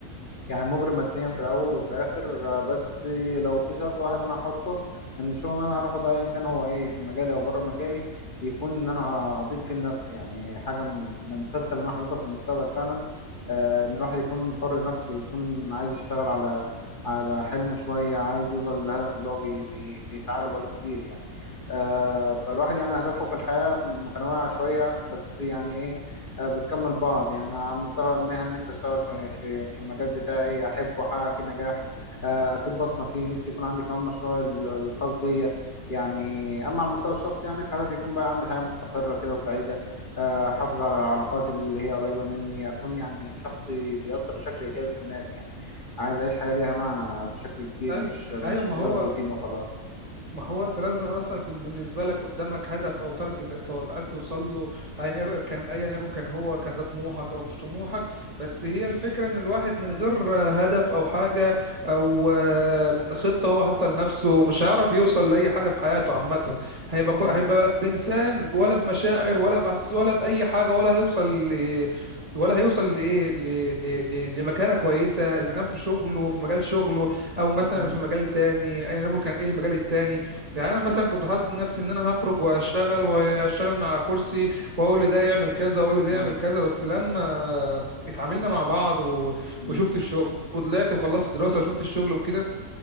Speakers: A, on the left (about 40°); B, on the right (about 30°).
A: يعني مغري ماديا في الاول وفي الاخر آه، بس لو في شرط واحد انا هحطه ان الشغل اللي انا هروحه ده ايا كان هو ايه في مجالي او بره مجالي يكون ان انا هضيف فيه لنفسي يعني حاجه من من الخطط اللي انا حاططها في المستقبل فعلا آه، ان الواحد يكون حر نفسه ويكون عايز يشتغل على على حلمه شوية عايز يوصل للهدف اللي هو بي بي بيسعى له بقاله كتير يعني آه، فالواحد يعني أهدافه في الحياة متنوعة شوية بس يعني إيه آه، بتكمل بعض يعني على المستوى المهني نفسي أشتغل في في في المجال بتاعي أحبه أحقق فيه نجاح آه، أسيب بصمة فيه نفسي يكون عندي كمان مشروع ال- الخاص بيا يعني أما على المستوى الشخصي يعني في هدفي يكون بقى عندي حياة مستقرة كده وسعيدة احافظ على العلاقات اللي هي قريبة مني اكون يعني شخص بيأثر بشكل ايجابي في الناس يعني عايز اعيش حياة ليها معنى بشكل كبير
B: ايوه
A: مش مش
B: ايوه ما
A: مجرد
B: هو
A: روتين وخلاص
B: ما هو انت لازم اصلا يكون بالنسبه لك قدامك هدف او تارجت انت عايز توصل له ايا يك- كان ايا يكن كان هو كان ده طموحك او مش طموحك بس هي الفكره ان الواحد من غير هدف او حاجه او آه، خطه هو حاطها لنفسه مش هيعرف يوصل لاي حاجه في حياته عامه هيبقى كو-
A: مم.
B: هيبقى بانسان ولا بمشاعر ولا باحاسيس ولا باي حاجه ولا هيوصل ل... ولا هيوصل لايه ل... ل... ل... لمكانه كويسه اذا كان في شغله في مجال شغله او مثلا
A: مم.
B: في مجال تاني ايا يكن كان ايه المجال التاني يعني انا مثلا كنت حاطط لنفسي ان انا هخرج واشتغل واشتغل من على كرسي واقول لده يعمل كذا واقول لده
A: مم.
B: يعمل كذا بس لما اتعاملنا مع بعض و...
A: مم.
B: وشفت الشغل وطلعت وخلصت دراسة وشفت الشغل وكده